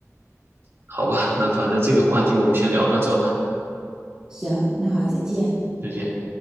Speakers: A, on the right; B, on the right.
A: 好吧，那反正这个话题我们先聊到这吧，
B: 行，那好，再见。
A: 再见。